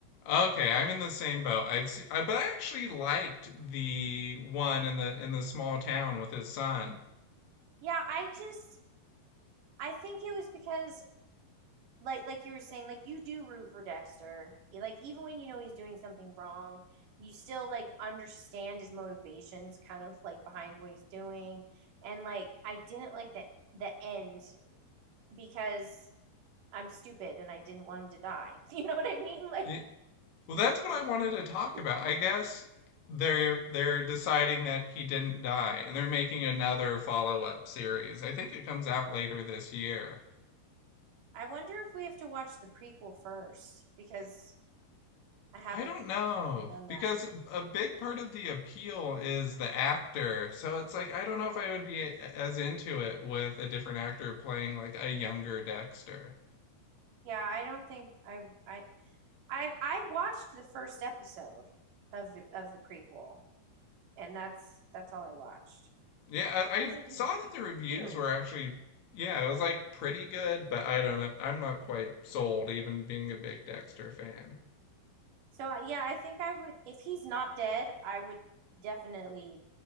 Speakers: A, on the left; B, on the right.
A: Okay, I'm in the same boat. I've se I, but I actually liked the one in the in the small town with his son.
B: Yeah, I just I think it was because like like you were saying like you do root for dexter E, like even when you know he's doing something wrong you still like understand his motivations kind of like behind what he's doing and like i didn't like the the end because i'm stupid and i didn't want him to die <laughs> you know what i mean like
A: Y- Well, that's what
B: it
A: I wanted to talk about.
B: just,
A: I guess they're they're deciding that he didn't die, and they're making another follow-up series. I think it comes out later this year.
B: i wonder if we have to watch the prequel first because i haven't
A: I don't know
B: done
A: because
B: that
A: a big part of the appeal is the actor. So it's like I don't know if I would be as into it with a different actor playing like a younger Dexter.
B: yeah i don't think i i i, I watched the first episode of the of the prequel and that's that's all I watched
A: Yeah, I, I
B: because it was
A: saw that the reviews
B: weird.
A: were actually, yeah, it was like pretty good, but I don't know. I'm not quite sold, even being a big Dexter fan.
B: So I, yeah, I think I would if he's not dead, I would definitely